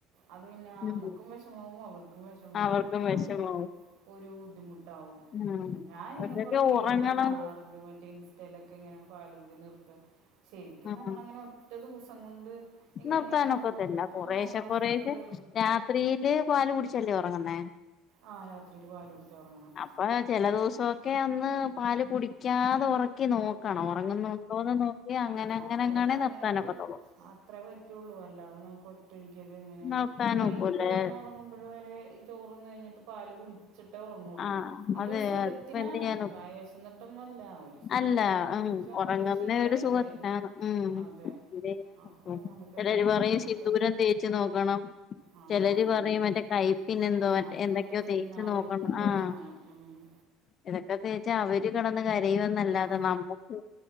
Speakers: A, on the right; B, on the left.
A: അത് പിന്നെ നമ്മുക്കും
B: ഉം
A: വിഷമാവും അവർക്കും വിഷമാവും
B: അവർക്കും വിഷമാവും
A: ആകെ ഒരു ബുദ്ധിമുട്ടാവും
B: ഉം
A: മ് ഞാൻ ഇങ്ങനെ
B: അവരൊക്കെ
A: കൊറെ വീഡിയോ
B: ഉറങ്ങണെങ്കി
A: ഒക്കെ കാണാറുണ്ട് മറ്റ ഇൻസ്റ്റൈലൊക്കെ ഇങ്ങനെ പാലു കൂടി നിർത്ത ശരിക്കും
B: ഉം
A: നമ്മളങ്ങനെ ഒറ്റ ദിവസം കൊണ്ട് ഇങ്ങനെ
B: നിർത്താനൊക്കത്തില്ല
A: ആ
B: കൊറേശ്ശെ
A: ആ അതൊക്കെ
B: കൊറേശ്ശെ
A: വേ
B: രാത്രിയില് പാല് കുടിച്ചല്ലേ ഉറങ്ങുന്നെ
A: ആ രാത്രിയിൽ പാൽ കുടിച്ച് ഉറങ്ങണം
B: അപ്പൊ ചില ദിവസം ഒക്കെ ഒന്ന് പാല് കുടിക്കാതെ ഉറക്കി നോക്കണം ഉറങ്ങുന്നുണ്ടോന്ന് നോക്കി അങ്ങനെ
A: ഞാൻ
B: അങ്ങനെങ്ങാണേ
A: ഇടക്ക് അങ്ങനെയൊക്കെ
B: നിർത്താനൊക്കത്തുള്ളൂ
A: അത്രേ പറ്റുള്ളൂ അല്ലാതെ നമുക്ക് ഒറ്റടിക്ക് ഒക്കെ എങ്ങനെ
B: നിർത്താനൊക്കൂല്ലേ
A: ഈ വൈകിട്ട് കിടന്ന് ഉറങ്ങുമ്പോഴ് വരെ ഈ ചോറുന്ന മ കഴിഞ്ഞിട്ട് പല് കുടിച്ചിട്ടാ ഒറ ങ്ങുള്ളൂ
B: ആഹ്
A: അത്
B: അതെ
A: ഒരു സുഖത്തിനാണ്
B: അതിപ്പ എന്ത് ചെയ്യാന
A: വയറു വിശന്നൊട്ടൊന്നല്ല ഒരു സുഖത്തിനു
B: അല്ല
A: അങ്ങനെ
B: ഉം
A: കുടിച്ച്
B: ഉറങ്ങുന്ന
A: അവര് ശീലായില്ലേ
B: ഒരു സുഖത്തിനാണ് ഉം
A: അതെ
B: <unintelligible>
A: അപ്പോൾ നമുക്ക്
B: ചിലര്
A: ഇങ്ങനെ പെട്ടെന്നൊക്കെ
B: പറയും സിന്ദൂരം തേച്ച് നോക്കണം
A: ആ
B: ചിലര്
A: അത്
B: പറയും
A: തന്നെ
B: മറ്റേ കൈപ്പിന് എന്തോ
A: ആ
B: മറ്റേ എന്തൊക്കെയോ
A: ചെന്നായം
B: തേച്ച് നോക്കണം
A: എന്തോ
B: ആഹ്
A: ഒരു സാധനം ഉം.
B: ഇതൊക്കെ തേച്ചാ അവര് കിടന്ന് കരയുമെന്നല്ലാതെ
A: ആ
B: നമ്മുക്ക്